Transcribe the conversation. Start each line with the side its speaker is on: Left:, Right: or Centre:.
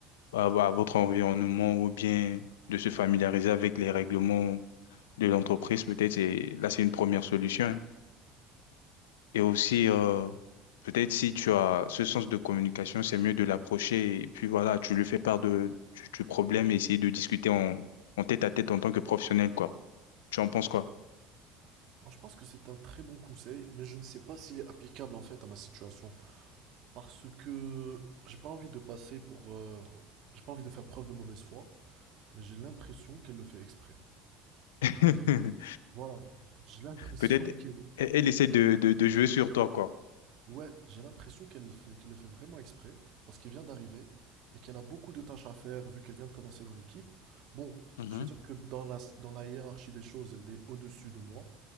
Left: à, à votre environnement ou bien de se familiariser avec les règlements de l'entreprise. Peut-être c'est, là, c'est une première solution. hein. Et aussi, euh, peut-être si tu as ce sens de communication, c'est mieux de l'approcher et puis voilà, tu lui fais part de, du, du problème et essayer de discuter en, en tête à tête en tant que professionnel, quoi. Tu en penses quoi?
Right: Moi, je pense que c'est un très bon conseil, mais je ne sais pas s'il est applicable en fait à ma situation parce que j'ai pas envie de passer pour euh, j'ai pas envie de faire preuve de mauvaise foi, mais j'ai l'impression qu'elle le fait exprès. J'ai
Left: <laughs>
Right: l'impression- Voilà. J'ai l'impression
Left: Peut-être
Right: qu'elle
Left: elle, elle essaie de, de, de jouer sur toi, quoi.
Right: Ouais, j'ai l'impression qu'elle fait- qu'elle le fait vraiment exprès, parce qu'elle vient d'arriver et qu'elle a beaucoup de tâches à faire vu qu'elle vient de commencer dans l'équipe. Bon,
Left: Mhm.
Right: je vais dire que dans la, dans la hiérarchie des choses, elle est au-dessus de moi.